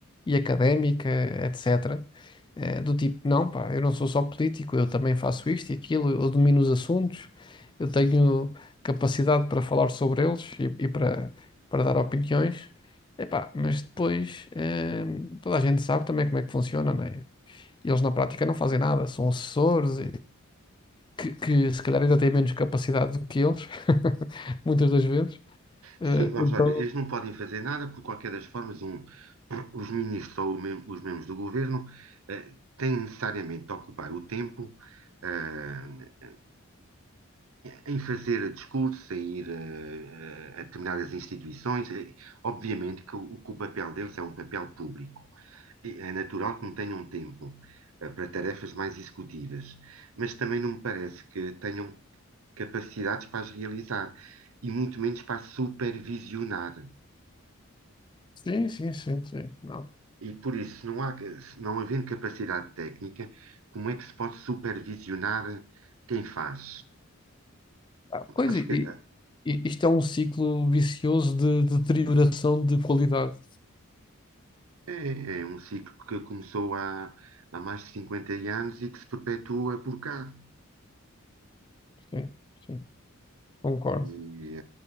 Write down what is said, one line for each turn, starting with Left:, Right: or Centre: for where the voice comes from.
Left: e académica, etc. Eh, do tipo, não, pá, eu não sou só político, eu também faço isto e aquilo, eu domino os assuntos, eu tenho capacidade para falar sobre eles e, e para, para dar opiniões. Epá, mas depois, eh, toda a gente sabe também como é que funciona, não é? E Eles na prática não fazem nada, são assessores que, que se calhar ainda têm menos capacidade do que eles, <laughs> muitas das vezes. Eh,
Right: Sim, vamos
Left: então,
Right: lá ver. Eles não podem fazer nada, por qualquer das formas, um- os ministros ou o mem- os membros do governo eh, têm necessariamente de ocupar o tempo ah, em fazer discursos, em ir eh, a determinadas instituições. Eh, Obviamente que o, que o papel deles é um papel público. E é natural que não tenham tempo eh, para tarefas mais executivas mas também não me parece que tenham capacidades para as realizar e muito menos para supervisionar.
Left: sim, sim, sim, sim. Não.
Right: E por isso, não há, não havendo capacidade técnica, como é que se pode supervisionar quem faz?
Left: Ah, pois,
Right: Acho
Left: e,
Right: que
Left: e-
Right: é,
Left: e isto é um ciclo vicioso de, de deterioração de qualidade.
Right: é um ciclo que começou há, há mais de 50 anos e que se perpetua por cá.
Left: Sim, sim, concordo.
Right: E,